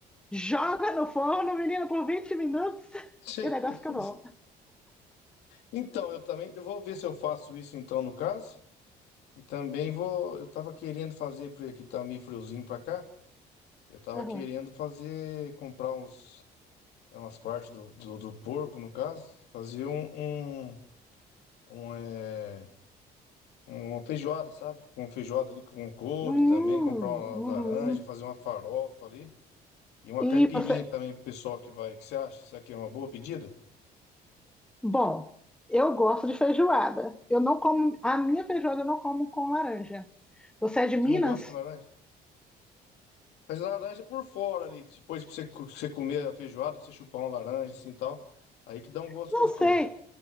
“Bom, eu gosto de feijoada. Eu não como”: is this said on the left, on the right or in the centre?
Centre